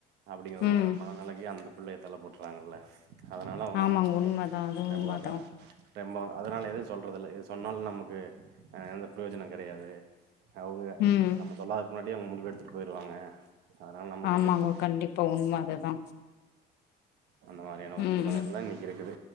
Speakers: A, on the right (about 85°); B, on the left (about 80°).
A: அப்டிங்கற ஒரு
B: ம்
A: மனநெலக்கி அந்தப் பிள்ளைய தள்ளப்பட்றாங்கல்ல அதனால அவுங்க
B: ஆமாங்க
A: வந்து பாத்தீனா
B: உண்மதா அது உண்மதா
A: <inaudible> ரெம்பொ அதுனால எதுவு சொல்றதில்ல இது சொன்னால் நமக்கு ஆ எந்த ப்ரயோஜனங் கடையாது அவுங்க
B: ம்
A: நம்ம சொல்லாததக் முன்னா டியே அவுங்க முடிவு எடுத்துட்டு போயிருவாங்க அதனால நமக்கு
B: ஆமாங்க
A: எந்த கெ
B: கண்டிப்பா உண்ம அதுதா
A: அந்த மாரியான ஒரு
B: ம்
A: சூழ்நிலைல
B: ம்
A: இன்னக்கி இருக்குது